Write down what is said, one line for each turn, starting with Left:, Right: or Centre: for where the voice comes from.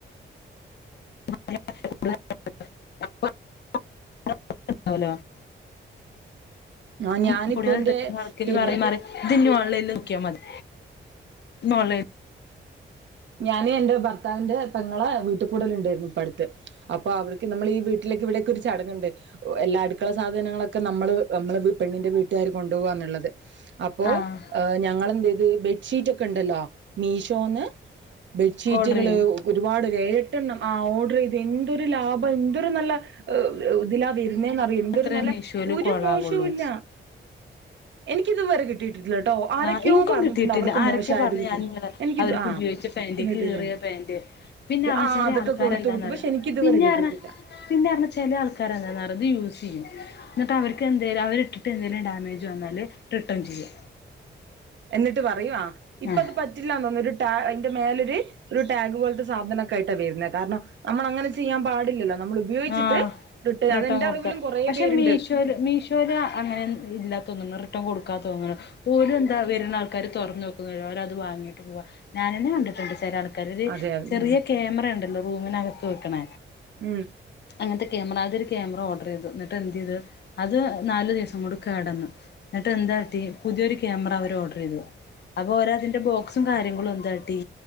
Left: <unintelligible>
Right: ആ
Left: <unintelligible>
Right: ഞാനിപ്പോ
Left: ഇത്
Right: എന്റെ പിന്നെ
Left: ഇനി ഓൺലൈനിൽ നോക്കിയാൽ മതി ഓൺലൈനി
Right: ഞാന് എന്റെ ഭർത്താവിന്റെ പെങ്ങളെ വീ വീട്ട്ക്കൂടല്ണ്ടായിരുന്നു ഇപ്പടുത്ത്. അപ്പൊ അവർക്ക് നമ്മൾ ഈ വീട്ടിലേക്ക് ഇവിടെയൊക്കെ ഒരു ചടങ്ങ്ണ്ട് എല്ലാ അടുക്കള സാധനങ്ങളൊക്കെ നമ്മള് നമ്മള് പെണ്ണിന്റെ വീട്ടുകാര് കൊണ്ടോവന്ന്ള്ളത്. അപ്പോ
Left: ആഹ്
Right: ഏ ഞങ്ങളെന്തെയ്ത്, ബെഡ്ഷീറ്റ് ഒക്കെണ്ടല്ലോ മീഷോന്ന് ബെഡ്ഷീറ്റുകള്
Left: ഓർഡർ ചെയ്യും
Right: ഒരുപാ ഏഴട്ടെണ്ണം ആഹ് ഓർഡർ ചെയ്ത് എന്തൊരു ലാഭം എന്തൊരു നല്ല ഇതിലാ വര് പിന്നേന്നറിയൊ എന്തൊരു
Left: അത്രേ
Right: നല്ല
Left: മീഷോയില്
Right: ഒരു
Left: കോളാവുള്ളൂ
Right: മോശവുല്ല. എനിക്കിതു വരെ കി കിട്ടീട്ടില്ലട്ടൊ. ആരൊക്കെയോ
Left: ആഹ് ഇൻക്കും
Right: പറഞ്ഞിട്ടുണ്ട്
Left: കിട്ടിയിട്ടില്ല
Right: അവർക്ക്
Left: ആരൊക്കെ
Right: മോശാ
Left: പറഞ്ഞ്
Right: യത് കിട്ടി
Left: ഞാനിങ്ങനെ
Right: എനിക്കിത്
Left: അവർക്ക്
Right: ആഹ്
Left: ഉപയോഗിച്ച പാന്റ്
Right: കിട്ടിട്ടുണ്ട്
Left: കീറിയ പാന്റ് പിന്നെ പറഞ്ഞ
Right: ആഹ്
Left: ചെല
Right: അതൊക്കെ
Left: ആൾക്കാരെന്താന്നറിയോ
Right: കൊടുത്തു വിട്ടു. പക്ഷെ എനിക്ക് ഇതുവരെ
Left: പിന്നെ
Right: കിട്ടീട്ടില്ല.
Left: പറഞ്ഞ പിന്നെ പറഞ്ഞാ ചെല ആൾക്കാര് എങ്ങനെന്നറിയോ ഇത് യൂസ് ചെയ്യും. എന്നിട്ട് അവർക്ക് എന്തേലും അവരിട്ടിട്ട് എന്തേലും ഡാമേജ് വന്നാല് റിട്ടേൺ ചെയ്യും.
Right: എന്നിട്ട് പറയുവാ ഇപ്പ
Left: ആഹ്
Right: അത് പറ്റില്ല തോന്നുന്നു, ഒരു ട്ടാ അതിന്റെ മേലൊരു ഒരു ടാഗ് പോലത്തെ സാധനൊക്കെ ആയിട്ടാ വരുന്നത് കാരണം, നമ്മൾ അങ്ങനെ ചെയ്യാൻ പാടില്ലല്ലോ നമ്മൾ ഉപയോഗിച്ചിട്ട്
Left: ആ റിട്ടേൺ
Right: അതെന്റെ
Left: കൊടുക്ക
Right: അറിവിലും കുറേ
Left: പക്ഷേ,
Right: പേരുണ്ട്
Left: മീഷോല് മീഷോല് അങ്ങനെ ഇല്ല. <unintelligible> റിട്ടൺ കൊടു തൊന്ന്ണ്. ഓലെന്താ വരുന്ന ആൾക്കാര് തുറന്ന് നോക്കൊന്നുല്ല. അവരത്‌ വാങ്ങിട്ട് പോവാ ഞാനെന്നെ കണ്ടിട്ടുണ്ട്. ചെല ആൾക്കാരു ഒരു
Right: അതെ ഉം
Left: ചെറിയ ക്യാമറ ഉണ്ടല്ലോ റൂമിനകത്ത് വെക്ക്ണ
Right: ഉം
Left: അങ്ങൻത്തെ ക്യാമറ അതൊരു ക്യാമറ ഓർ ഡറ് ചെയ്തു ന്നിട്ട് എന്ത് ചെയ്ത്, അത് നാല് ദിവസം കൊണ്ട് കേടന്നു. ന്ന്ട്ട് എന്താട്ടി പുതിയ ഒരു ക്യാമ മറ അവര് ഓർഡറ് ചെയ്തു. അപ്പൊ ഓരോതിന്റെ ബോക്സും കാര്യങ്ങളും എന്താട്ടീ